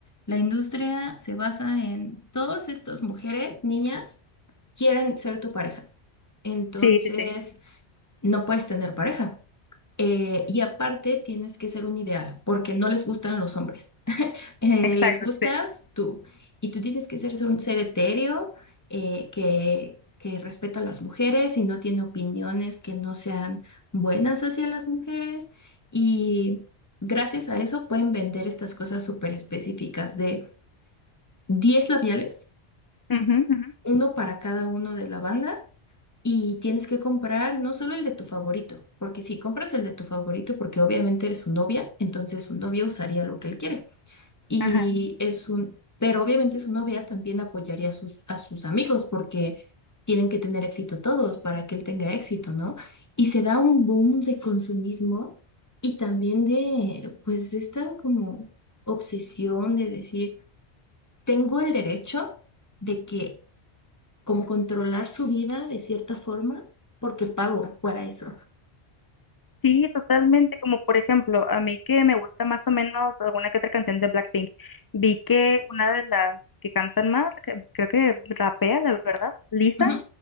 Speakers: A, on the left (about 15°); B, on the left (about 35°).
A: la industria se basa en todas estas mujeres, niñas, quieren ser tu pareja. Entonces,
B: Sí, sí, sí,
A: no puedes tener pareja. Eh, y aparte, tienes que ser un ideal, porque no les gustan los hombres eh,
B: exacto,
A: les gustas
B: sí.
A: tú. Y tú tienes que ser un ser etéreo eh, que, que respeta a las mujeres y no tiene opiniones que no sean buenas hacia las mujeres. Y gracias a eso pueden vender estas cosas súper específicas de 10 labiales,
B: Ujú, ujú,
A: uno para cada uno de la banda. Y tienes que comprar no solo el de tu favorito, porque si compras el de tu favorito, porque obviamente eres su novia, entonces su novia usaría lo que él quiere. Y
B: Ajá.
A: es un, pero obviamente su novia también apoyaría a sus, a sus amigos porque tienen que tener éxito todos para que él tenga éxito, ¿no? Y se da un boom de consumismo y también de, pues, esta como obsesión de decir, tengo el derecho de que, como controlar su vida de cierta forma, porque pago para eso.
B: Sí, totalmente, como por ejemplo, a mí que me gusta más o menos alguna que otra canción de Blackpink, vi que una de las que cantan más, que creo que rapea, la verdad, Lisa,
A: Ujú,